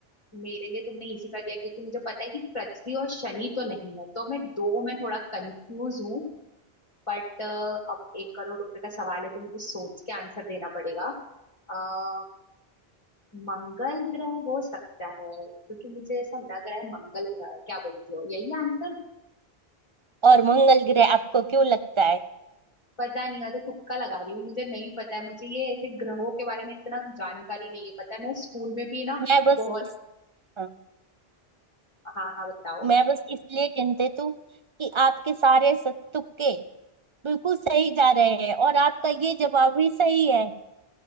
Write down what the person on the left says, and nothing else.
मेरे लिए तुमने इजी कर दिया क्योंकि मुझे पता है कि पृथ्वी और शनि तो नहीं है तो मैं दो में थोड़ा कंफ्यूज हूँ बट अब एक करोड़ रुपए का सवाल है तो मुझे सोच के आंसर देना पड़ेगा अ, मंगल ग्रह हो सकता है क्योंकि मुझे ऐसा लग रहा है मंगल ग्रह है क्या बोलती हो यही आंसर
पता नहीं मैं तो तुक्का लगा रही हूँ मुझे नहीं पता है मुझे ये ऐसे ग्रहों के बारे में इतना जानकारी नहीं है पता है मैं स्कूल में भी ना
बहुत
हाँ हाँ बताओ